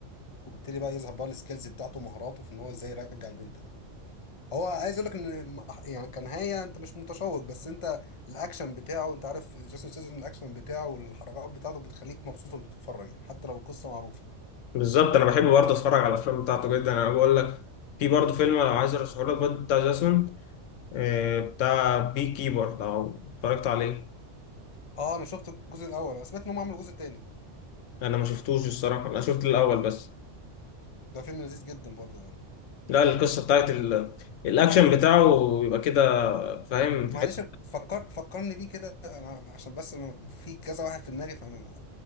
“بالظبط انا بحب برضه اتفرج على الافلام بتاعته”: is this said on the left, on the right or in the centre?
Left